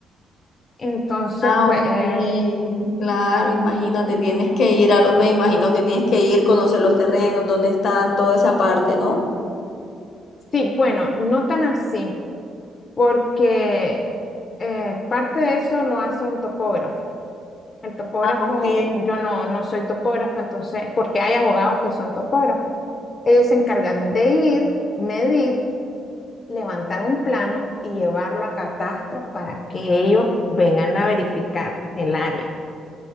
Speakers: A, on the left (about 40°); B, on the left (about 65°).
A: Entonces,
B: Ah,
A: pues,
B: ok.
A: eh,
B: Claro, imagínate, tienes que ir a lo- me imagino que tienes que ir, conocer los terrenos, dónde están, toda esa parte, ¿no?
A: sí, bueno, no tan así, porque eh, parte de eso lo hace un topógrafo. El topógrafo,
B: Ah, ok.
A: yo no, no soy topógrafo, entonces, porque hay abogados que son topógrafos. Ellos se encargan de ir, medir, levantar un plano y llevarlo a catastro para que ellos vengan a verificar el área.